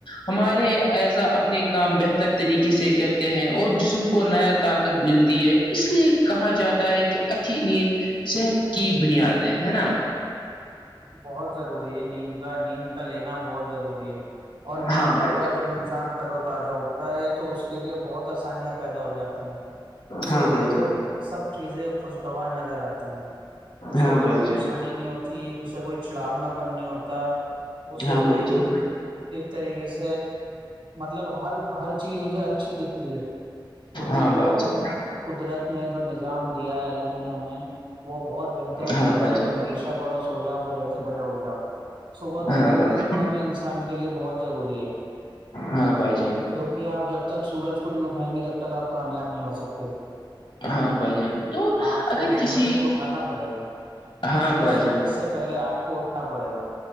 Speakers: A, on the left; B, on the right.
A: ہمارے ایزا اپنے کام بہتر طریقے سے کرتے ہیں اور جسم کو نیا طاقت ملتی ہے اس لیے کہا جاتا ہے کہ اچی نیند صحت کی بنیادیں ہے نا
B: بہت ضروری ہے نیند کا نیند لینا بہت ضروری ہے اور نیند
A: ہاں بھائی
B: کے بعد
A: جان
B: جب انسان تر و تازہ اٹھتا ہے تو اس کے لیے بہت آسانیاں پیدا ہو جاتی ہیں اسے
A: ہاں
B: ایک
A: بھائی
B: تو
A: جان
B: سب چیزیں خوشگوار نظر آتی ہیں اسے
A: ہاں
B: کوئی
A: بھائی
B: پریشانی
A: جان
B: نہیں ہوتی اسے کوئی چھڑاونا بننی ہوتا اسے
A: ہاں
B: کوئی
A: بھائی جان
B: ایک طریقے سے مطلب ہر ہر چیز اسے اچھی دکھتی ہے کیونکہ
A: ہاں
B: جو
A: بھائی جان
B: قدرت نے جو نظام دیا ہے اللہ نے ہمیں وہ بہت بہتر
A: ہاں
B: دیا
A: بھائی
B: ہے کہ
A: جان
B: اپنے ایشا پڑھو سو جاؤ اور جیس سے پہلےٹھ جاؤ صبح کا
A: ہاں
B: جلدی
A: بھائی
B: اٹھنا بھی انسان کے لیے بہت ضروری ہے
A: ہاں بھائی جان
B: کیوںکہ آپ جب تک سورج کو نہیں اٹھائیں گے جب تک آپ کامیاب نہیں ہو سکتے
A: ہاں بھائی جان تو
B: آپ
A: اگر
B: کو سورج
A: کسی
B: کو اٹھانا پڑے گا
A: بھائی
B: اس لیے سورج
A: جان
B: سے پہلے آپ کو اٹھنا پڑے گا